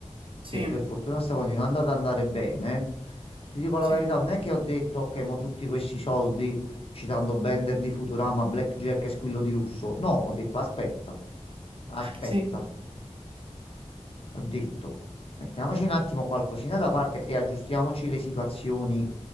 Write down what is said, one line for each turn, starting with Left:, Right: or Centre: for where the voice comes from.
Right: Sì,
Left: che per fortuna sta continuando ad andare bene. Ti dico la
Right: sì,
Left: verità, non è che ho detto, ok, mo tutti questi soldi, citando Bender di Futurama, Blackjack e Squillo di Lusso. No, ho detto, aspetta, aspetta,
Right: sì,
Left: ho detto, mettiamoci un attimo qualcosina da parte e aggiustiamoci le situazioni